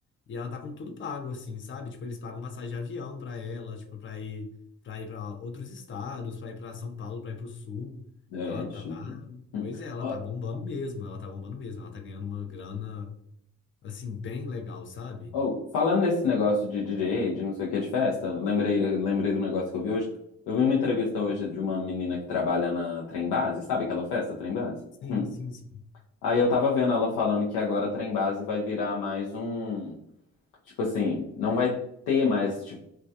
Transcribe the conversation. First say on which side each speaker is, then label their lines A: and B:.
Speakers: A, on the left; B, on the left.
A: e ela tá com tudo pago assim, sabe? Tipo, eles pagam passagem de avião pra ela, tipo, pra ir para ir para outros estados, pra ir pra São Paulo, pra ir pro sul.
B: É,
A: Ela
B: é
A: tá,
B: chique. Hum.
A: pois é, ela
B: Ó,
A: tá bombando mesmo, ela tá bombando mesmo, ela tá ganhando uma grana assim bem legal, sabe?
B: ó, falando nesse negócio de DJ, de não sei o que, de festa, lembrei, lembrei do negócio que eu vi hoje. Eu vi uma entrevista hoje de uma menina que trabalha na Trem Base, sabe aquela festa, Trem Base?
A: Sim,
B: Hum.
A: sim, sim.
B: Aí eu tava vendo ela falando que agora a Trem Base vai virar mais um. Tipo assim, não vai ter mais, tipo,